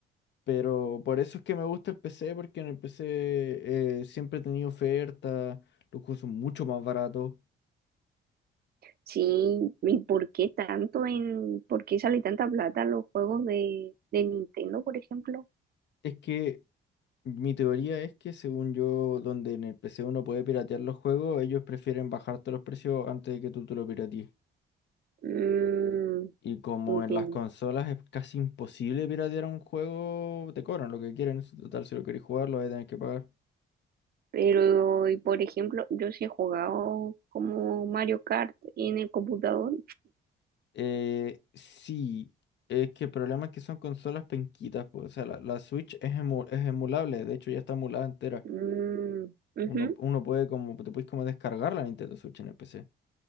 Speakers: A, on the left; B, on the right.
A: Pero por eso es que me gusta el PC, porque en el PC eh, siempre he tenido ofertas, los juegos son mucho más baratos.
B: Sí, ¿y por qué tanto en, por qué sale tanta plata en los juegos de, de Nintendo, por ejemplo?
A: Es que mi teoría es que según yo, donde en el PC uno puede piratear los juegos, ellos prefieren bajarte los precios antes de que tú te lo piratees.
B: Mm,
A: Y como
B: entiendo.
A: en las consolas es casi imposible piratear un juego, te cobran lo que quieren. en Total, si lo queréis jugar, lo vais a tener que pagar.
B: Pero, y por ejemplo, yo sí he jugado como Mario Kart en el computador
A: Eh, sí, es que el problema es que son consolas penquitas, pues, o sea, la, la Switch es, emu- es emulable, de hecho ya está emulada entera.
B: Mm,
A: Uno,
B: ujú,
A: uno puede como, te puedes como descargar la Nintendo Switch en el PC.